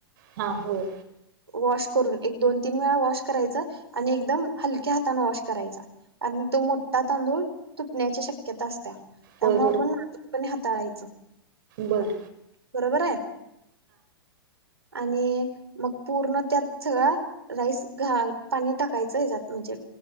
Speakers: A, on the right; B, on the right.
A: हा होय
B: वॉश करून एक दोन तीन वेळा वॉश करायच, आणि एकदम हलक्या हातने वॉश करायचा कारण तो मोठा तांदूळ तुटण्याची शक्यता असत्या त्यामुळ
A: होय
B: आपण नाजूकपणे हाताळायचं.
A: बरं
B: बरोबर हाय आणि मग पूर्ण त्यात सगळा राईस घाल. पाणी टाकायचं ह्याच्यात म्हणजे